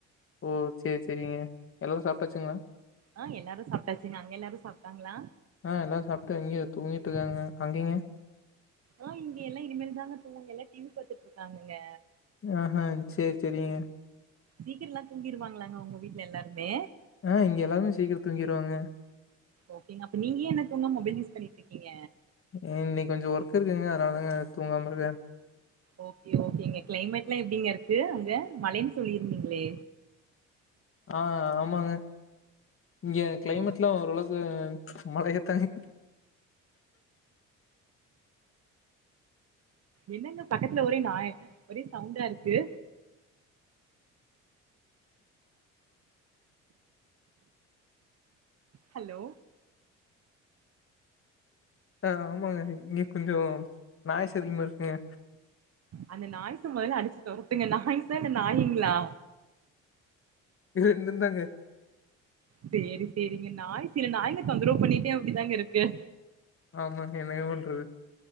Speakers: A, on the left; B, on the right.
A: ஓ சேரி சேரிங்க எல்லாரு சாப்ட்டாச்சுங்களா
B: ஆ எல்லாரு சாப்ட்டாச்சுங்க அங்க எல்லாரு சாப்ட்டாங்ளா
A: ஆ எல்லாரு சாப்ட்டு இங்க தூங்கிட்டு இருக்காங்க அங்கேங்க
B: ஆ இங்க எல்லா இனிமேல்தாங்க தூங்குவாங்க எல்லா டி வி பாத்துட்ருக்காங்கங்க
A: ஆ ஹா சேரி சேரிங்க
B: சீக்கிர எல்லா தூங்கிருவாங்களாங்க உங்க வீட்ல எல்லாருமே
A: ஆ இங்க எல்லாருமே சீக்கிர தூங்கிருவாங்க
B: ஓகேங்க அப்ப நீங்க ஏ இன்ன தூங்காம மொபைல் யூஸ் பண்ணிட்ருக்கீங்க
A: அ இன்னைக்கு கொஞ்ச ஒர்க் இருக்குங்க அதனாலதாங்க தூங்காம இருக்கே
B: ஓகே ஓகேங்க கிளைமேட்லா எப்டிங்க இருக்கு அங்க மழைன் சொல்லிருந்தீங்களே
A: ஆ ஆமாங்க இங்க
B: ஓகே
A: கிளைமேட்லா
B: ஓ
A: ஓரளவு அ மழையத் தாங்க
B: என்னங்க பக்கத்துல ஒரே நாய் ஒரே சவுண்டா இருக்கு ஹலோ
A: ஆ ஆமாங்க இங்க கொஞ்ச நாய்ஸ் அதிகமா இருக்குங்க
B: அந்த நாய்ஸ மொதல்ல அடிச்சு தொரதுங்க நாய்ஸ இல்ல நாயுங்ளா
A: ரெண்டு தாங்க
B: சேரி சேரிங்க நாய் சில நாய்ங்க தொந்தரவு பண்ணிட்டே அப்டிதாங்க இருக்கு
A: ஆமாங்க என்னங்க பண்றது